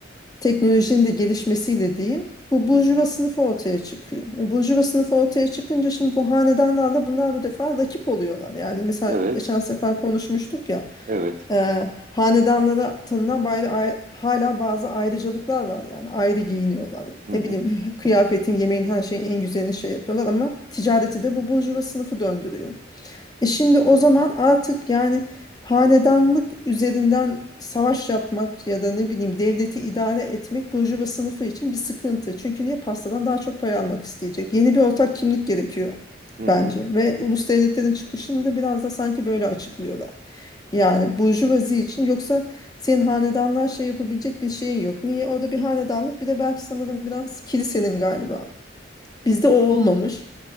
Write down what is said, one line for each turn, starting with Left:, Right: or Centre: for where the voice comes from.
Left: teknolojinin de gelişmesiyle diyeyim. Bu burjuva sınıfı ortaya çıkıyor. E, burjuva sınıfı ortaya çıkınca şimdi bu hanedanlarla bunlar bu defa rakip oluyorlar. Yani mesela
Right: evet,
Left: geçen sefer konuşmuştuk ya.
Right: evet.
Left: E, hanedanlara tanınan bayra- ay- hala bazı ayrıcalıklar var yani ayrı giyiniyorlar.
Right: Hı
Left: Ne
Right: hı,
Left: bileyim <laughs> kıyafetin, yemeğin her şeyin en güzelini şey yapıyorlar ama ticareti de bu burjuva sınıfı döndürüyor. E şimdi o zaman artık yani hanedanlık üzerinden savaş yapmak ya da ne bileyim devleti idare etmek burjuva sınıfı için bir sıkıntı. Çünkü niye pastadan daha çok pay almak isteyecek? Yeni bir ortak kimlik gerekiyor
Right: hı hı.
Left: bence ve ulus devletlerin çıkışını da biraz da sanki böyle açıklıyorlar. Yani burjuvazi için yoksa senin hanedanlığa şey yapabilecek bir şeyin yok. Niye? Orada bir hanedanlık bir de belki sanırım biraz kilisenin galiba. Bizde o olmamış.